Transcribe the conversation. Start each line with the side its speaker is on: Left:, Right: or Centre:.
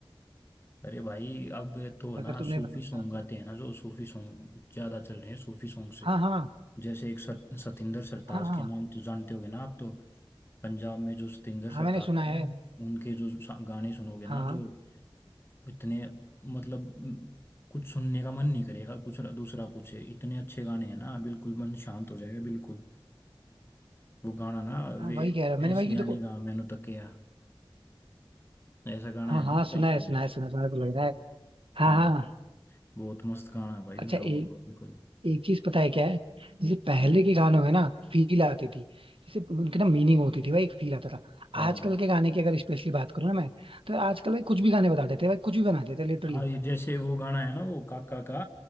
Left: अरे भाई अब तो ना
Right: अगर तुमने
Left: सूफी
Right: मतलब
Left: सॉन्ग
Right: ध्यान से
Left: आते
Right: नोटिस
Left: हैं ना जो सूफी सॉन्ग ज्यादा चल रहे हैं सूफी सॉन्ग से
Right: हाँ हाँ
Left: जैसे एक सत, सतिंदर सरताज
Right: हाँ हाँ
Left: के नाम तो जानते होगे ना आप तो पंजाब में जो सतिंदर
Right: हाँ
Left: सरताज
Right: मैंने सुना है
Left: हैं उनके जो सा- गाने सुनोगे
Right: हाँ
Left: ना जो इतने मतलब म, कुछ सुनने का मन नहीं करेगा कुछ दूसरा कुछ है इतने अच्छे गाने हैं ना बिल्कुल मन शांत हो जाएगा बिल्कुल वो गाना ना
Right: हाँ
Left: वे
Right: वही कह रहा मैंने
Left: ऐसी
Right: भाई
Left: यानी
Right: देखो
Left: गा मैनू तकिया ऐसा गाना
Right: हाँ
Left: है ना
Right: हाँ
Left: उनका
Right: सुना
Left: एक
Right: है
Left: ये।
Right: सुना है सुना सुना तो लग रहा है हाँ
Left: हाँ
Right: हाँ
Left: बहुत मस्त गाना है भाई उनका
Right: अच्छा ए,
Left: वो तो बिल्कुल
Right: एक चीज पता है क्या है जैसे पहले के गानों में ना फील आती थी जैसे उनके ना मीनिंग होती थी भाई एक फील आता था
Left: हाँ
Right: आजकल के गाने की अगर स्पेशली बात करूँ ना मैं तो आजकल भाई कुछ भी गाने बता देते हैं भाई कुछ भी बना देते हैं लिटरली
Left: हाँ ये जैसे वो गाना है ना वो काका का